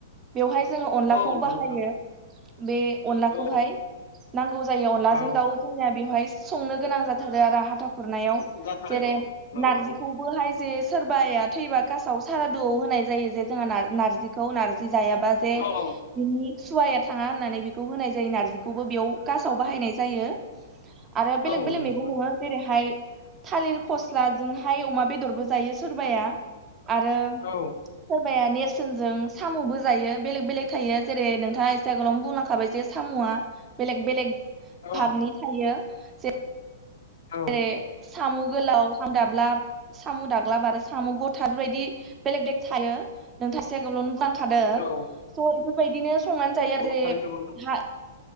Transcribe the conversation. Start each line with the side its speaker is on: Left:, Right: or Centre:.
Right: बेवहाय जोङो अनलाखौ
Left: औ नंगौ
Right: बाहायो
Left: नोंथां
Right: बे अनलाखौहाय
Left: औ
Right: नांगौ जायो अनलाजों
Left: औ
Right: दाउ जोंनिया बेवहाय संनो गोनां जाथारो आरो हाथा खुरनायाव।
Left: जाथारो
Right: जेरै
Left: औ नंगौ
Right: नारजिखौ
Left: नंगौ
Right: बोहाय जे सोरबाया थैबा कासाव सारादुआव होनाय जायो जे जोंहा नार-नारजिखौ नार्जि जायाबा जे
Left: औ औ
Right: बिनि सुवाया थाङा होननानै बेखौ होनाय जायो नारजिखौबो बेयाव खासाव बाहायनाय जायो। आरो बेलेग
Left: औ
Right: बेलेग
Left: नंगौ
Right: मैगं
Left: नोंथां
Right: थाइगं जेरैहाय थालिर फस्लाजोंहाय अमा बेदरबो जायो सोरबाया। आरो
Left: औ
Right: सोरबाया नेरसोनजों साम'बो जायो बेलेग बेलेग थायो। जेरै नोंथाङा एसे आगोलावनो बुंलांखाबाय जे साम'आ बेलेग बेलेग
Left: औ
Right: भाबनि थायो जे
Left: औ
Right: जेरै साम' गोलाव हां दाब्लाब साम' दाग्लाब आरो साम' गथा बेफोरबायदि बेलेग बेलेग थायो। नोंथासेगायावल'नो दों
Left: औ
Right: स' बेफोरबायदिनो संनानै जायो आरो जेरै
Left: थारैनो नंगौ नोंथां
Right: हा